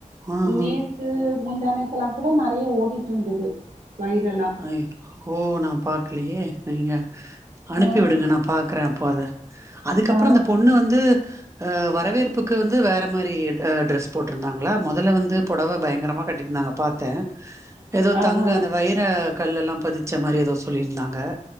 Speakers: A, on the right (about 20°); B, on the right (about 85°).
A: ஆ
B: நேத்
A: ஆ
B: க்கு முந்தா நேத்தெல்லாங் கூட நெறய ஓடிட்ருந்தது வைரலா
A: அய் ஓ நாப் பாக்லியே நீங்க அனுப்பி
B: ஆ
A: விடுங்க நாப் பாக்றே அப்போ அத அதுக்கப்ற
B: ஆ
A: அந்த பொண்ணு வந்து அ வரவேற்புக்கு வந்து வேற மாரி அ ட்ரெஸ் போட்ருந்தாங்ளா மொதல வந்து பொடவ பயங்கரமாக கட்டிந்தாங்க பாத்தே எதோ
B: ஆ
A: தங்க அந்த வைர கல்லெல்லாம் பதிச்ச மாரி எதோ சொல்லிருந்தாங்க